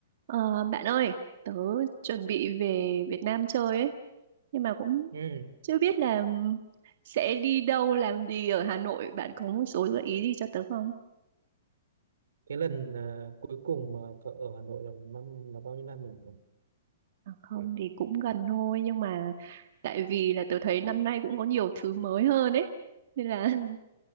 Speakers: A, on the right; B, on the right.
A: Ờ, bạn ơi, tớ chuẩn bị về Việt Nam chơi ấy, nhưng mà cũng
B: Ừ.
A: chưa biết là sẽ đi đâu làm gì ở Hà Nội. Bạn có một số gợi ý gì cho tớ không?
B: Cái lần à, cuối cùng mà cậu ở Hà Nội là năm là bao nhiêu năm rồi?
A: À, không
B: Ừ,
A: thì cũng gần thôi, nhưng mà tại vì là tớ
B: ừ,
A: thấy năm
B: ừ.
A: nay cũng có nhiều thứ mới hơn ấy, nên là Ừ. <laughs>